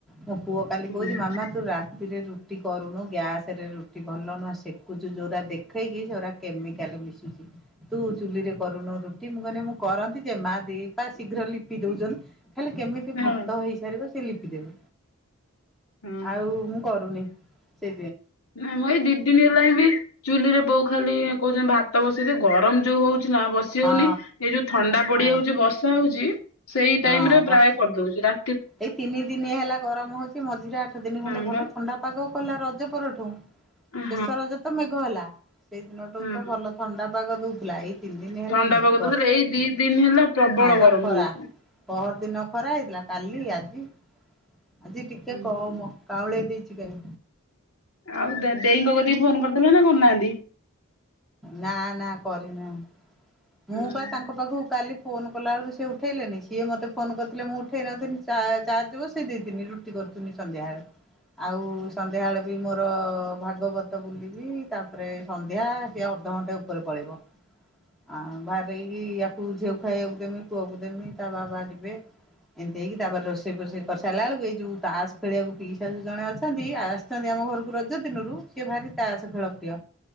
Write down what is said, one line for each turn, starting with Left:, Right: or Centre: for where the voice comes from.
Centre: ମୋ ପୁଅ କାଲି
Left: ହୁଁ।
Centre: କହୁଛି ମାମା ତୁ ରା ରେ ରୁଟି କରୁନୁ ଗ୍ୟାସ ରେ ରୁଟି ଭଲ ନୁହ ସେକୁଛୁ ଯୋଉରା ଦେଖେଇକି ସେଗୁରା କେମିକାଲ ମିଶୁଚି ତୁ ଚୁଲିରେ କରୁନୁ ରୁଟି ମୁଁ କହିଲି ମୁଁ କରନ୍ତି ଯେ ମା ଦି ପା ଶୀଘ୍ର ଲିପି ଦଉଛନ୍ତି ଖାଲି କେମିତି
Left: ହଁ
Centre: ଭାତ ହେଇସାରିବ ସେ ଲିପି ଦେବେ।
Left: ହଁ
Centre: ଆଉ ମୁଁ କରୁନି ସେ
Left: ନା ମୁଁ ଏଇ ଦି ଦିନ ହେଲାଣି ହିଁ ବି ଚୁଲି ରେ ବୋଉ ଖାଲି କହୁଛନ୍ତି ଭାତ ବସେଇଦେ ଗରମ ଯୋଉ ହଉଛି। ନା ବସି
Centre: ହଁ
Left: ହଉନି ଏଇ ଯୋଉ ଥଣ୍ଡା ପଡିଯାଉଛି
Centre: ହଁ
Left: ବର୍ଷା ହଉଛି। ସେଇ
Centre: ହଁ
Left: ଟାଇମ ରେ
Centre: ବସ୍
Left: ପ୍ରାୟ କରିଦଉଛି ରା
Centre: ଏଇ ତିନି ଦିନି ହେଲା ଗରମ ହଉଛି ମଝିରେ ଆଠ ଦିନ ଖଣ୍ଡେ
Left: ହଁ
Centre: ଭଲ
Left: ବା
Centre: ଥଣ୍ଡା ପାଗ କଲା ର ପରଠୁ
Left: ହଁ
Centre: ଶେଷ ରଜ ତ ମେଘ ହେଲା ସେଇ ଦିନଠୁ
Left: ହଁ
Centre: ତ ଭଲ ଥଣ୍ଡା ପାଗ ଦଉଥିଲା ଏଇ ତିନି ଦିନ ହେଲା
Left: ଥଣ୍ଡା
Centre: ମେ
Left: ପାଗ
Centre: ବର୍ଷା
Left: ଦଉଥିଲା ଏଇ ଦି ଦିନ ହେଲା ପ୍ରବଳ
Centre: ହଁ ପା
Left: ଗରମ
Centre: ଖରା
Left: ହଉଛି
Centre: ପହ ଦିନ ଖରା ହେଇଥିଲା କାଲି ଆଜି ଆଜି ଟିକେ
Left: ହୁଁ
Centre: କମ୍ କାଉଁଳେଇ ଦେଇ ଚିକେନ୍
Left: ଆଉ ଦେ-ଦେଇଙ୍କ କତିିକି ଫୋନ କରିଦେଲେ ନା କରି ନାହାନ୍ତି।
Centre: ନା ନା କରିନୁ ମୁଁ
Left: ହୁଁ।
Centre: ବା ତାଙ୍କ ପାଖକୁ କାଲି ଫୋନ କଲାବବେଳକୁ ସେ ଉଠେଇ ଲେନି ସିଏ ମୋତେ ଫୋନ କରିଥିଲେ ମୁଁ ଉଠେଇ ନଥିଲି ଚା-ଚାର୍ଜ ବସେଇ ଦେଇଥିଲି ରୁଟି କର ଆସୁନି ସନ୍ଧ୍ୟାବେଳେ ଆଉ ସନ୍ଧ୍ୟାବେଳେ ବି ମୋର ଭାଗବତ ବୁଲିବି ତାପରେ ସନ୍ଧ୍ୟା ସେ ଅ ଅଧଘଣ୍ଟେ ଉପରେ ପଳେଇବ। ଆଉ ବାହାଦେଇକି ୟାକୁ ଝିଅ ଖାଇବାକୁ ଦେମି ପୁଅକୁ ଦେମି ତା ବାବା ଯିବେ। ଏମିତି ହେଇକି ତାପରେ ରୋଷେଇ ଫୋଷେଇ କରିସାରଲା ବେଳକୁ ଏଇ ଯଉ ତାସ ଖେଳଆକୁ ପିଶାଶୁ ଜଣେ ଅଛନ୍ତି ଆ ଆସିଚନ୍ତି ଆମ ଘରକୁ ରଜ ଦିନରୁ ସିଏ ଭାରି ତାସ ଖେଳ ପ୍ରିୟ